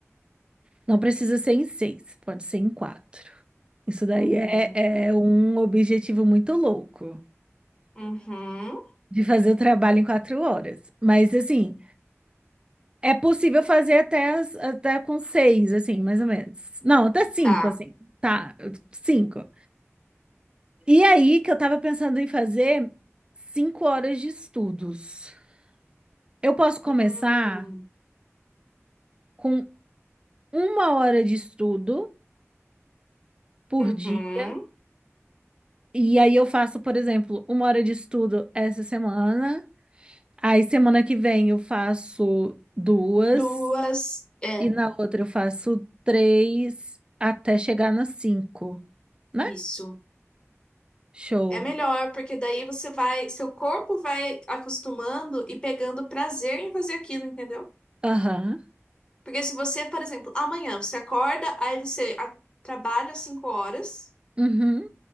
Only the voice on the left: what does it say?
Uhum,
uhum,
tá.
Hum,
uhum.
Duas. é,
Isso.
É melhor, porque daí você vai, seu corpo vai acostumando e pegando prazer em fazer aquilo, entendeu?
Porque se você, por exemplo, amanhã você acorda, aí você a- trabalha cinco horas,